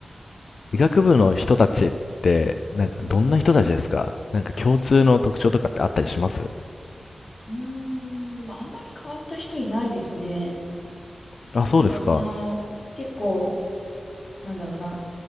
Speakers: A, on the left; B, on the left.
A: 医学部の人たちって、なんかどんな人たちですかなんか共通の特徴とかってあったりします
B: うーん、でもあんまり変わった人いないですね。
A: あ、そうですか。
B: なんかその、結構、なんだろうな、